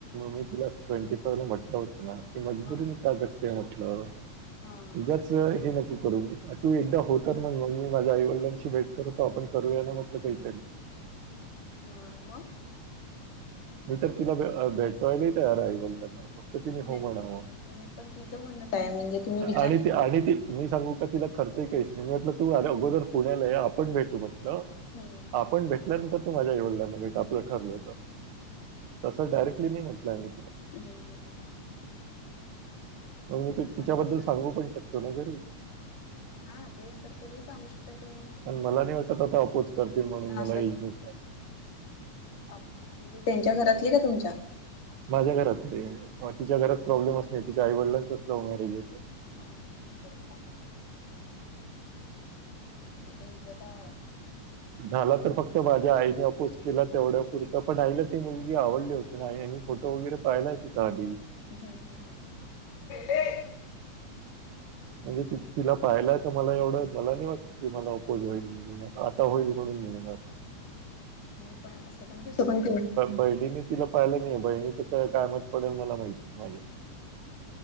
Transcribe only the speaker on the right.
मी तिला ट्वेंटी फोर ला म्हटलं होत ना... मजबुरीने
का जगतेय म्हटलं
उगच हे नको करू.. तू एकदा होत मग मग मी माझ्या आईवडलांशी भेट करत तो आपण करूया ना म्हटलं काहीतरी....
मी तर तिला भेटवायलाही तयार आवडलं फक्त तिने
हो म्हणावं...
आणि ती आणि ती.... मी सांगू का तिला खर्च काहीच नाही म्हटलं तू अगोदर पुण्याला आहे आपण भेटू म्हटलं...
आपण भेटल्यानंतर तू माझ्या एवडिंना भेट आपलं ठरलं होत... तसं डायरेक्टली नाही म्हटलं मी तुला....
मग मी त तिच्याबद्दल
सांगू पण शकतो ना जरी
पण मला नाही वाटत आता अपोज करतील म्हणून मला
एज नुसार.
माझ्या घरातले तिच्या घरात प्रॉब्लेमच नाही तिच्या आई वडलांच लव मॅरेज येतं.
झाला तर फक्त माझ्या आईने अपोज केला तेवढ्या पुुरतं पण आईला ते मुलगी आवडली होती नाही आणि फोटो वगैरे पाहिला की तीचा आधी.
म्हणजे तिला पाहियलाय तर मला एवढं मला नाही वाटत की मला अपोज होईल. आता होईल म्हणून मिळणार
बहिणीनी तिला पाहिलं नाहीे बहिणीच काय कायमत पडेल मला माहिती माझ्या.